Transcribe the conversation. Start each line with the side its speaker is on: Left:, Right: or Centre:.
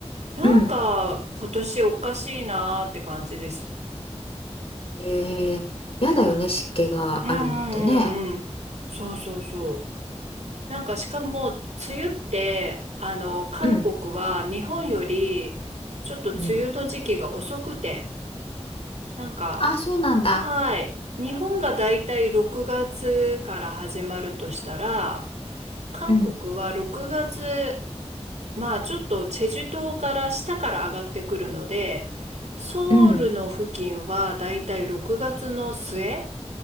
Right: なんか今年おかしいなーって感じです。
Left: うんえー、やだよね湿気があるのってね
Right: うん。うんうんうんうん。そうそうそう。なんかしかも、梅雨って、あの、韓国は日本より、
Left: うん
Right: ちょっと梅雨の時期が遅くて、
Left: うん
Right: なんか、
Left: あそうなんだ
Right: はい。日本がだいたい6月から始まるとしたら、韓国は6月、
Left: うん
Right: まあちょっとチェジュ島から下から上がってくるので、ソウルの付近はだいたい6月の末、
Left: うん